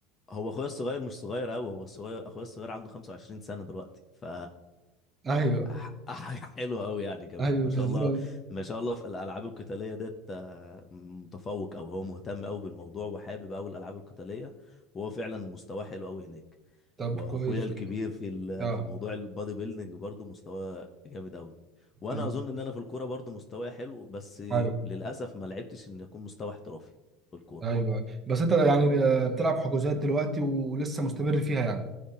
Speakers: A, on the left; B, on the right.
A: هو اخويا الصغير مش صغير قوي هو الصغير اخويا الصغير عنده 25 سنة دلوقتي ف
B: ايوه
A: ح- حاجة <laughs> حلوة أوي يعني كمان
B: ايوه
A: ما شاء
B: بالظبط
A: الله ما شاء الله في الألعاب القتالية ديت آه، متفوق أو هو مهتم أوي بالموضوع وحابب أوي الألعاب القتالية وهو فعلا مستواه حلو أوي هناك
B: طب
A: وأخويا
B: كويس
A: الكبير
B: والله.
A: في ال-
B: اه
A: في موضوع البادي بيلدينج برضه مستواه جامد أوي وأنا
B: تمام
A: أظن إن أنا في الكورة برضه مستواي حلو بس
B: ايوه
A: للأسف ما لعبتش إن أكون مستوى احترافي في الكورة
B: ايوه بس انت يعني آه، بتلعب حجوزات دلوقتي ولسه مستمر فيها يعني